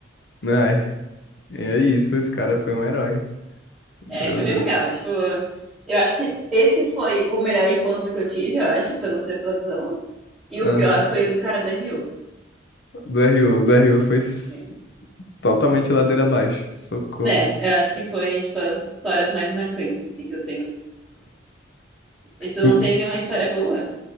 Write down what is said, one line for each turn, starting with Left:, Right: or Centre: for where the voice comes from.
Left: Ai, é isso, esse cara foi um herói. Meu
Centre: É, foi
Left: Deus.
Centre: bem legal. Tipo, eu acho que esse foi o melhor encontro que eu tive, eu acho, pela observação. E
Left: Aham.
Centre: o pior foi o do cara da Rio.
Left: Do RU, do RU foi s-
Centre: assim.
Left: totalmente ladeira abaixo. Socorro.
Centre: Né, eu acho que foi, tipo, as histórias mais marcantes, assim, que eu tenho. E tu não
Left: E-
Centre: teve uma história boa?